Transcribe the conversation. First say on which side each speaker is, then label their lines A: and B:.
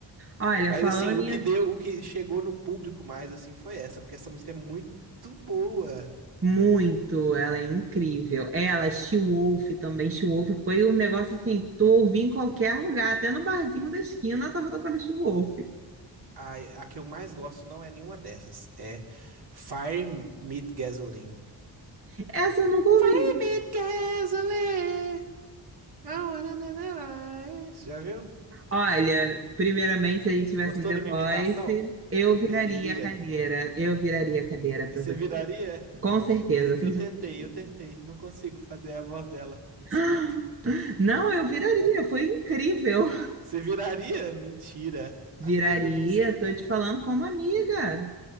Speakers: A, on the right (about 30°); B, on the right (about 60°).
A: Olha,
B: Mas
A: falando
B: assim, o
A: em
B: que
A: ar-
B: deu, o que chegou no público mais assim foi essa, porque essa música é muito boa.
A: muito, ela é incrível. Ela, She-Wolf também, She-Wolf foi um negócio assim, que tu ouvia em qualquer lugar, até no barzinho da esquina eu tava tocando She-Wolf.
B: A, a que eu mais gosto não é nenhuma dessas. É Fire Meet Gasoline.
A: Essa eu nunca ouvi.
B: Fire Meet Gasoline. I wanna na, na, na. Já viu?
A: Olha, primeiramente, se a gente tivesse
B: Gostou
A: um The
B: da
A: Voice,
B: minha imitação?
A: eu
B: Eu
A: viraria
B: perderia?
A: a cadeira. Eu viraria a cadeira
B: Você
A: para você.
B: viraria?
A: Com certeza,
B: Eu
A: sem
B: tentei,
A: sombra de dúvida.
B: eu tentei. Não consigo fazer a voz dela. Me
A: <gasps>
B: desculpe.
A: Não, eu viraria, foi incrível.
B: Você viraria? Mentira. <laughs> Ah,
A: Viraria,
B: eu me emociono.
A: tô te falando como amiga.